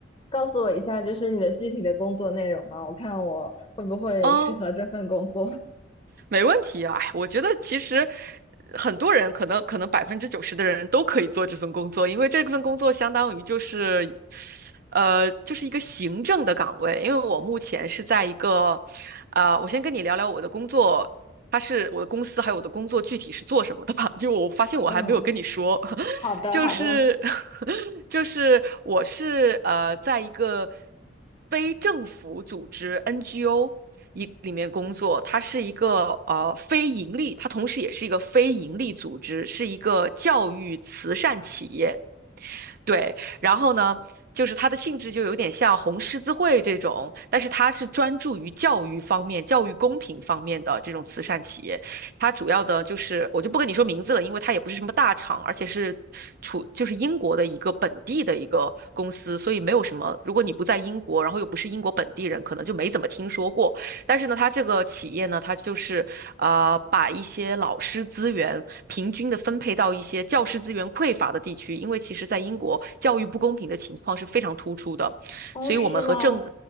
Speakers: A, on the left (about 30°); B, on the right (about 50°).
A: 告诉我一下，就是你的具体的工作内容吗？我看我会不会适合这份工作。
B: 嗯，没问题啊，哎我觉得其实很多人可能可能百分之九十的人都可以做这份工作，因为这份工作相当于就是，呃，就是一个行政的岗位。因为我目前是在一个，啊、我先跟你聊聊我的工作，它是我的公司还有我的工作具体是做什么的吧，<laughs> 因为我发现我还没有跟你说，
A: <laughs> 嗯，好的好的。
B: <laughs> 就是 <laughs> 就是我是呃在一个非政府组织 NGO 一里面工作，它是一个呃非盈利，它同时也是一个非盈利组织，是一个教育慈善企业。对，然后呢，就是它的性质就有点像红十字会这种，但是它是专注于教育方面、教育公平方面的这种慈善企业。它主要的就是，我就不跟你说名字了，因为它也不是什么大厂，而且是处就是英国的一个本地的一个公司，所以没有什么。如果你不在英国，然后又不是英国本地人，可能就没怎么听说过。但是呢，它这个企业呢，它就是呃，把一些老师资源平均的分配到一些教师资源匮乏的地区，因为其实在英国教育不公平的情况是非常突出的，
A: 哦，
B: 所以我们和政
A: 是吗？